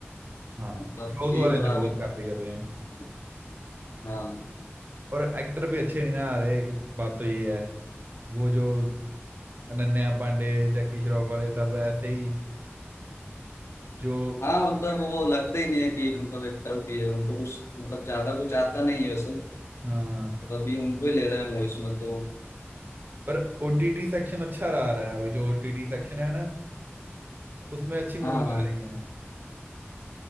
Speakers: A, on the right (about 45°); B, on the left (about 80°).
A: हाँ
B: मतलब
A: साउथ
B: यही
A: वाले
B: हो रहा
A: से
B: है अभी
A: बहुत कॉपी कर रहे हैं
B: तो। हाँ
A: और एक्टर भी अच्छे नहीं ना आ रहे कुछ बात तो ये है वो जो अनन्या पांडे जैकी श्रॉफ वाले सब ऐसे ही जो
B: हाँ मतलब वो लगता ही नहीं है कि मतलब एक्टर भी है उनको कुछ मतलब ज्यादा कुछ आता नहीं है वैसे
A: हाँ
B: मतलब अभी उनको ही ले रहे हैं मूवीज में तो
A: पर ओटीटी सेक्शन अच्छा रहा रहा है अभी जो ओटीटी सेक्शन है ना उसमें अच्छी मूवीज
B: हाँ हाँ
A: आ रही हैं